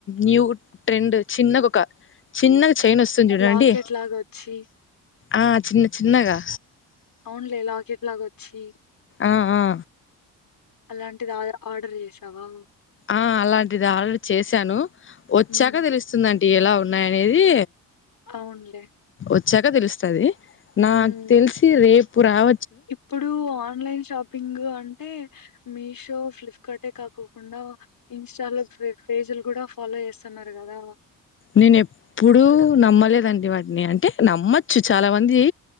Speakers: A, on the left (about 30°); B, on the left (about 50°).
A: న్యూ ట్రెండ్ చిన్నగ ఒక చిన్న చైన్ వస్తుంది చూడండి
B: లాకెట్‌లాగొచ్చి
A: ఆ చిన్న చిన్నగా
B: అవునులే లాకెట్లాగ వచ్చి
A: ఆ ఆ
B: అలాంటిది ఆ ఆర్డర్ చేసావా
A: ఆ అలాంటిది ఆల్రెడీ చేశాను వచ్చాక
B: హ్మ్.
A: తెలుస్తుందండి ఎలా ఉన్నాయనేది
B: అవునులే
A: వచ్చాక తెలుస్తది నాకు
B: హ్మ్.
A: తెలిసి రేపు రావ
B: ఇప్పుడు ఆన్లైన్ షాపింగ్ అంటే మీషో ఫ్లిప్కార్టే కాకోకుండా ఇన్స్టాలో పేజీలు కూడా ఫాలో చేస్తున్నారు కదా
A: నేను ఎప్పుడు నమ్మలేదండి వాటిని అంటే నమ్మచ్చు చాలా మంది